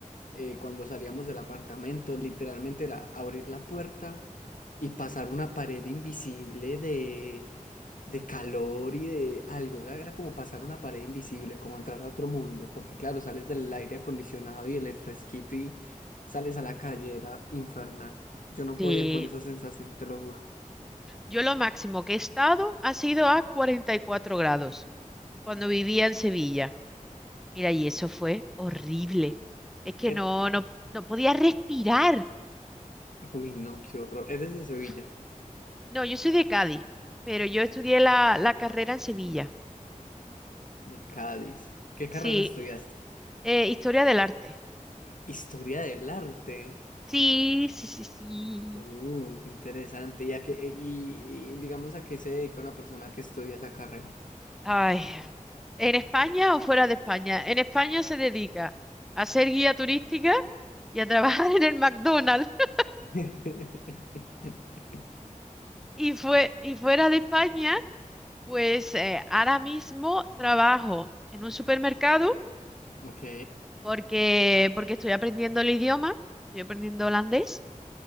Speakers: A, on the left; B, in the centre.
A: eh, cuando salíamos del apartamento, literalmente era abrir la puerta y pasar una pared invisible de, de calor y de algo. Era, era como pasar una pared invisible, como entrar a otro mundo, porque claro, sales del aire acondicionado y el fresquito y sales a la calle, era infernal. Yo no
B: sí.
A: podía con esa sensación, te lo juro.
B: Yo lo máximo que he estado ha sido a 44 grados cuando vivía en Sevilla. Mira, y eso fue horrible. Es que
A: Er-
B: no, no, no podía respirar.
A: Uy, no, qué horror. Eres de Sevilla.
B: Uf. No, yo soy de Cádiz, pero yo estudié la, la carrera en Sevilla.
A: de Cádiz. ¿Qué carrera
B: Sí,
A: estudiaste?
B: eh, historia del arte.
A: Historia del arte.
B: Sí, sí, sí, sí.
A: Uh, qué interesante. ¿Y, a qué- y, y digamos a qué se dedica una persona que estudia esa carrera?
B: Ay, ¿en España o fuera de España? En España se dedica a ser guía turística y a trabajar en el McDonald's. <laughs>
A: <laughs>
B: Y fue, y fuera de España Pues eh, ahora mismo trabajo en un supermercado
A: Ok.
B: porque, porque estoy aprendiendo el idioma, estoy aprendiendo holandés